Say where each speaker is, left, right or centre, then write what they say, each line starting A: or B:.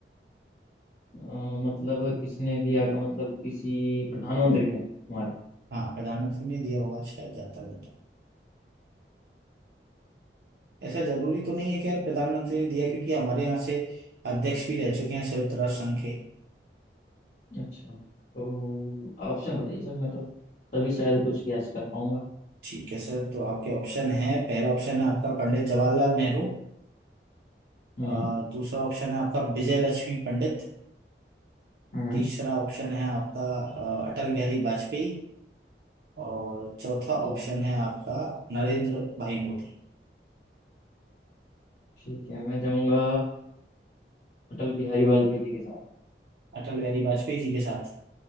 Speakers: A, on the left; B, on the right.
A: अ, मतलब किसने दिया का मतलब किसी प्रधानमंत्री ने हमारे
B: हाँ प्रधानमंत्री ने दिया होगा शायद जहाँ तक मैं तो ऐसा जरूरी तो नहीं है कि यार प्रधानमंत्री ने दिया क्योंकि हमारे यहाँ से अध्यक्ष भी रह चुके हैं संयुक्त राष्ट्र संघ के
A: अच्छा तो ऑप्शन बताइए सर मैं तो तभी शायद कुछ गैस कर पाऊंगा
B: ठीक है सर तो आपके ऑप्शन है पहला ऑप्शन है आपका पंडित जवाहरलाल नेहरू
A: हम्म
B: अ, दूसरा ऑप्शन है आपका विजय लक्ष्मी पंडित
A: हम्म
B: तीसरा ऑप्शन है आपका अ, अटल बिहारी वाजपेयी और चौथा
A: ठीक
B: ऑप्शन
A: है
B: है आपका नरेंद्र भाई मोदी
A: ठीक है मैं जाऊंगा अटल बिहारी वाजपेयी जी के साथ
B: अटल बिहारी वाजपेयी जी के साथ